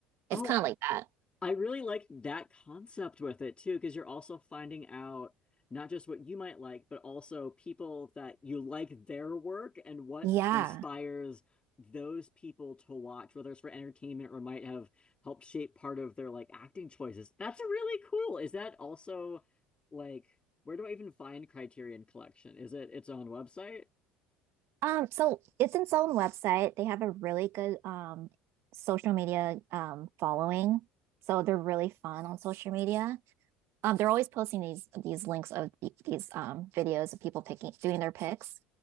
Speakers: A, on the left (about 20°); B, on the right (about 60°).
A: Oh,
B: It's kind of like that.
A: I really like that concept with it too, because you're also finding out not just what you might like, but also people that you like their work and what
B: Yeah.
A: inspires those people to watch, whether it's for entertainment or might have helped shape part of their like acting choices. That's really cool. Is that also like where do I even find Criterion Collection? Is it its own website?
B: Um, so it's its own website. They have a really good um social media um following. So they're really fun on social media. Um, they're always posting these these links of the, these um videos of people picking doing their picks.